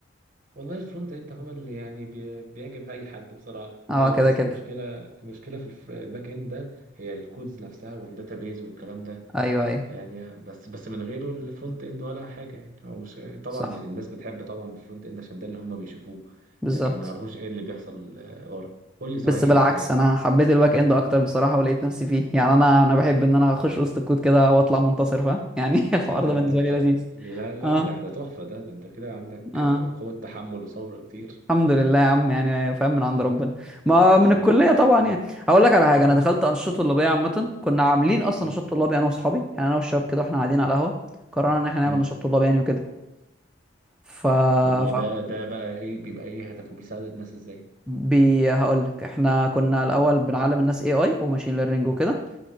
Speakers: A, on the right; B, in the centre.
A: والله الفرونت اند هو اللي يعني بي- بيعجب اي حد بصراحه
B: اه
A: هي
B: كده
A: بس
B: كده
A: المشكله المشكله في الف- الباك اند ده هي الكودز نفسها والداتابيز والكلام ده
B: ايوه ايوه
A: يعني بس بس من غيره الفرونت اند ولا حاجه يعني هو مش طبعا
B: صح
A: الناس بتحب طبعا الفرونت اند عشان ده اللي هم بيشوفوه
B: بالظبط
A: لكن ما يعرفوش ايه اللي بيحصل آه، ورا قول لي صحيح
B: بس بالعكس
A: انت
B: انا حبيت الباك اند اكتر بصراحه ولقيت نفسي فيه يعني انا انا بحب ان انا اخش وسط الكود كده واطلع منتصر فاهم يعني <laughs> الحوار
A: ده
B: ده بالنسبه
A: ده ده
B: لي لذيذ
A: لا لا
B: اه
A: ده ده تحفه ده ده انت كده عندك
B: اه
A: آه، قوه تحمل وصبر كتير
B: الحمد لله يا عم يعني فاهم من عند
A: ها
B: ربنا ما من
A: والله
B: الكليه
A: يعني.
B: طبعا يعني هقول لك على حاجه
A: ها
B: انا دخلت انشطه طلابيه عامه كنا عاملين اصلا
A: مم.
B: نشاط طلابي انا واصحابي يعني انا والشباب كده واحنا قاعدين على القهوه قررنا ان احنا نعمل
A: مم.
B: نشاط طلابي يعني وكده ف,
A: طب وده
B: ف...
A: ده بقى ايه بيبقى ايه هدفه بيساعد الناس ازاي
B: بي هقول لك احنا كنا الاول بنعلم الناس اي اي وماشين ليرنينج وكده